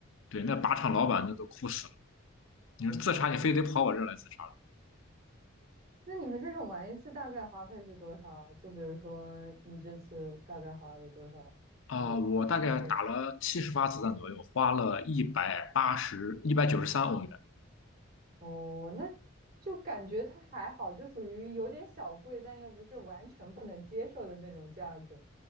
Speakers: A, on the left; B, on the right.
A: 对，那靶场老板那都哭死了。你说自杀，
B: <laughs> 对呀
A: 你非得跑我这儿来自杀？
B: 那你们这种玩一次大概花费是多少啊？就比如说你这次大概花了多少去射？
A: 啊、我大概打了七十发子弹左右，花了一百八十、一百九十三欧元。
B: 哦，那就感觉它还好，就属于有点小贵，但又不是完全不能接受的那种价格。